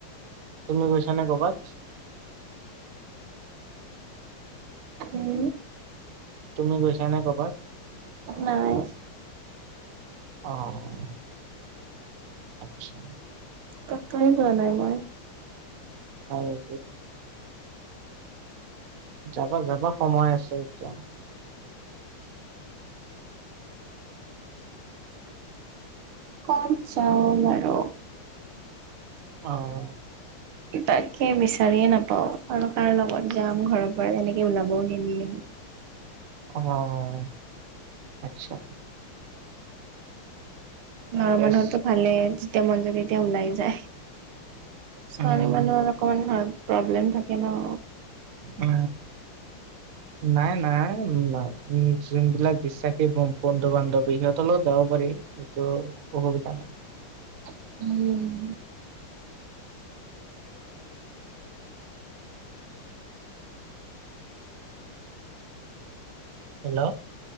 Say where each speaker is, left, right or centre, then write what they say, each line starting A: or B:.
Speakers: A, on the right; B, on the right.
A: তুমি গৈছ নে কৰ'বাত।
B: উম।
A: তুমি গৈছা নে কৰ'ৰবাত?
B: নাই।
A: আহ, আচ্ছা।
B: তাক কাৰণে যোৱা নাই, মই।
A: হয়। যাবা, যাবা, সময় আছে এতিয়া।
B: ক'ত, চাওঁ বাৰ
A: অ'।
B: তাকে বিচাৰিয়ে নাপাওঁ আৰু কাৰো লগত যাম ঘৰৰ পৰা তেনেকৈ ওলাবও নিবি
A: আহ, আচ্ছা। ঠিকে
B: ঘৰৰ মানুহৰো
A: আছে।
B: ভালেই যেতিয়া মন যোগে এতিয়া ওলাই যায়। ছোৱালী
A: উম
B: মানুহৰ অকমান হাৰ্ট প্ৰব্লেম থাকে ন।
A: উ, নাই, নাই উ যোন বিলাক বিশ্বাসে বন্ধু, বান্ধৱীহত যাব পাৰি এইটো অসুবিধা নাই।
B: উম।
A: হেল্ল'?